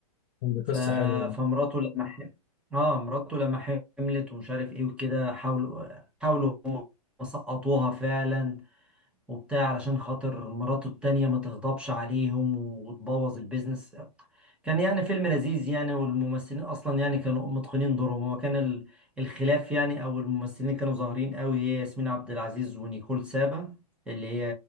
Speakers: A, on the left (about 35°); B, in the centre.
A: دي
B: ف...
A: قصه حلوه دي
B: فمراته لما ح... اه مراته لما حملت ومش عارف ايه وكده حاولوا حاولوا هم سقطوها فعلا وبتاع علشان خاطر مراته التانية ما تغضبش عليهم وتبوظ البيزنس كان يعني فيلم لذيذ يعني والممثلين اصلا يعني كانوا متقنين دورهم هو كان ال- الخلاف يعني او الممثلين اللي كانوا ظاهرين قوي هي ياسمين عبد العزيز ونيكول سابا اللي هي